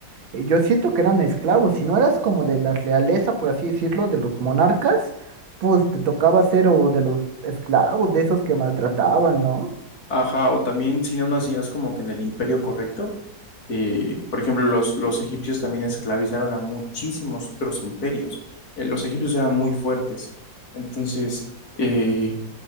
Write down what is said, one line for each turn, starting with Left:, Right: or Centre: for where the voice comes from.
Right: eh, yo siento que eran esclavos. Si no eras como de la realeza, por así decirlo, de los monarcas, pues te tocaba ser o de los esclavos, de esos que maltrataban, ¿no?
Left: Ajá, o también si no nacías como que en el Imperio correcto, eh, por ejemplo, los, los egipcios también esclavizaron a muchísimos otros imperios. Eh, los egipcios eran muy fuertes. Entonces, eh,